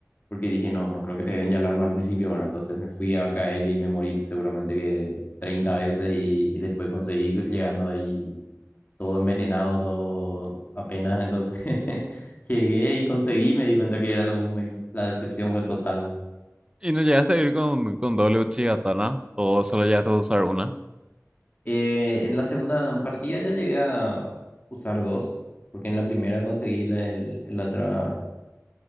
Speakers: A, on the left (about 35°); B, on the right (about 20°).
A: porque dije, no, no creo que te den ya alarma al principio, ¿verdad? Entonces me fui a caer y me morí seguramente que 30 veces y, y después conseguí llegando ahí todo envenenado, todo apenas, entonces <laughs> llegué y conseguí, me di cuenta que era lo mismo y la decepción fue total. ¿no?
B: ¿Y no llegaste a ir con, con doble uchi katana? ¿O solo llegaste a usar una?
A: Eh, en la segunda partida ya llegué a usar dos, porque en la primera conseguí la, el- la otra